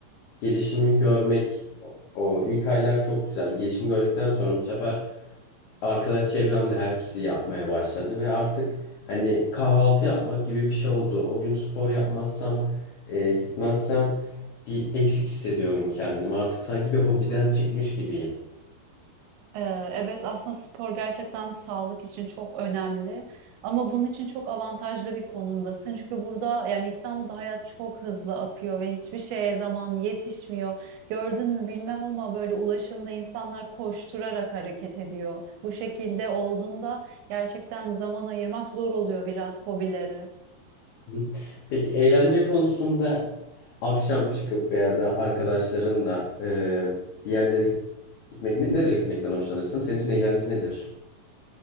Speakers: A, on the left; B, on the right.
A: gelişimi görmek o- oldu. İlk aylar çok güzeldi. Gelişimi gördükten sonra bu sefer arkadaş çevremde hepsi yapmaya başladı ve artık hani kahvaltı yapmak gibi bir şey oldu. O gün spor yapmazsam, e, gitmezsem bir eksik hissediyorum kendimi. Artık sanki bir hobiden çıkmış gibiyim.
B: Ee, Evet aslında spor gerçekten sağlık için çok önemli ama bunun için çok avantajlı bir konumdasın. Çünkü burada yani İstanbul'da hayat çok hızlı akıyor ve hiçbir şeye zaman yetişmiyor. Gördün mü bilmem ama böyle ulaşımda insanlar koşturarak hareket ediyor. Bu şekilde olduğunda gerçekten zaman ayırmak zor oluyor biraz hobileri.
A: Hı. Peki eğlence konusunda akşam çıkıp veya da arkadaşlarınla e, bir yerlere gitmek, ne- nerelere gitmekten hoşlanırsın? Senin için eğlence nedir?